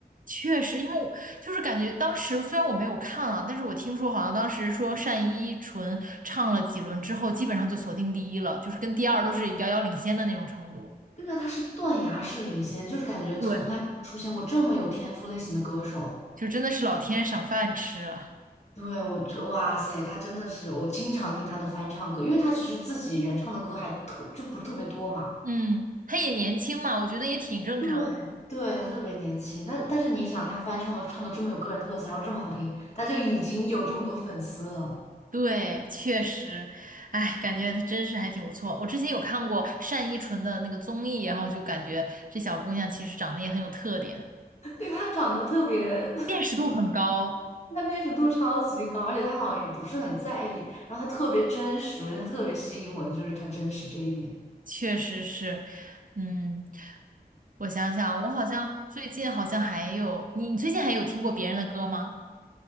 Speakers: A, on the right; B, on the left.
A: 确实，因为我就是感觉当时虽然我没有看啊，但是我听说好像当时说单依纯唱了几轮之后，基本上就锁定第一了，就是跟第二都是遥遥领先的那种程度。
B: 对啊，他是断崖式领先，就是感觉从来没有出现过这么有天赋类型的歌手。
A: 对，就真的是老天赏饭吃啊。
B: 对，我觉，哇塞，他真的是，我经常听他的翻唱歌，因为他其实自己原唱的歌还特，就不是特别多嘛。
A: 嗯，她也年轻嘛，我觉得也挺正常的。
B: 对，对，他特别年轻，但但是你想，他翻唱的唱的这么有个人特色，然后这么好听，他就已经有这么多粉丝了。
A: 对，确实，哎，感觉她真是还挺不错。我之前有看过单依纯的那个综艺，然后就感觉这小姑娘其实长得也很有特点，
B: <laughs> 对，他长得特别，
A: 辨识度很高，
B: <laughs> 他辨识度超级高，而且他好像也不是很在意，然后他特别真实，我觉得他特别吸引我的就是他真实这一点。
A: 确实是。嗯，我想想啊我好像最近好像还有，你你最近还有听过别人的歌吗？